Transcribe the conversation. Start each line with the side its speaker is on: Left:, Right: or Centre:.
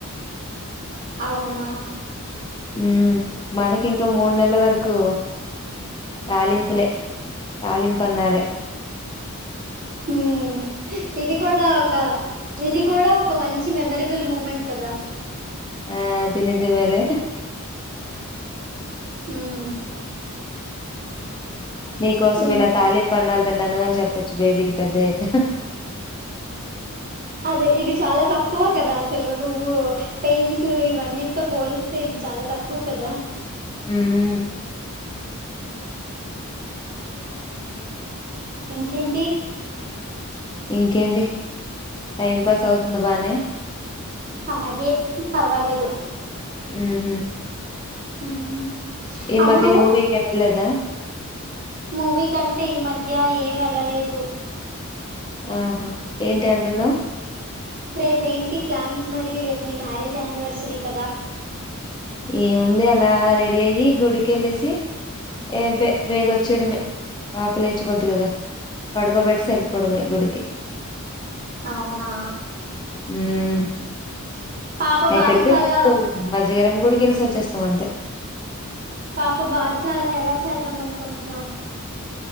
Right: అవునా
Left: ఉమ్ మనకి ఇంకో మూడు నెలల వరకు తాలింపులే తాలింపన్నా అదే
Right: ఉహ్మ్ ఇది కూడా ఒక ఇది కూడా ఒక మంచి మెమరబుల్ మూమెంట్ కదా
Left: ఆ అది నిజమేలే
Right: ఉమ్
Left: నీకోసం
Right: ఇం
Left: ఇలా తాలింపన్నాలు తిన్నాను అని చెప్పొచ్చు బేబీకి పెద్దయ్యాక.
Right: అసలు ఇది చాలా తక్కువ కదా అసలు నువ్వు పెయిన్స్ ఇవన్నిట్తో పోలిస్తే ఇది చాలా తక్కువ కదా
Left: ఉమ్మ్
Right: ఇంకేంటి
Left: ఇంకేంటి టైం పాస్ అవుతుంది బానే
Right: అలాగే పర్వాలేదు
Left: ఉమ్మ్
Right: ఉమ్
Left: ఈ
Right: అవును
Left: మధ్య మూవీకి ఏళ్లలేదా?
Right: మూవీ కంటే ఈ మధ్య ఏం ఎళ్ళలేదు.
Left: ఆహా ఏంటి అంటున్నావ్
Right: రేపు ఏంటి ప్లాన్స్ మరి రేపు మీ మ్యారేజ్ యానివర్సరీ కదా?
Left: ఏముంది అలా రెడీ అయ్యి గుడికేళ్లేసి ఏబే బేగొచ్చేయడమే పాపలేచిపోద్ది కదా పడుకోబెట్టిసి ఎల్ పోవడమే గుడికి
Right: అవునా
Left: మ్మ్
Right: పాప బారసాల
Left: ఎక్కడికి లేదు మజ్జిగరం గుడికెల్సి వచ్చేస్తం అంతే
Right: పాప బార్సాలా ఎలా చేద్దాం అనుకుంటున్నావ్.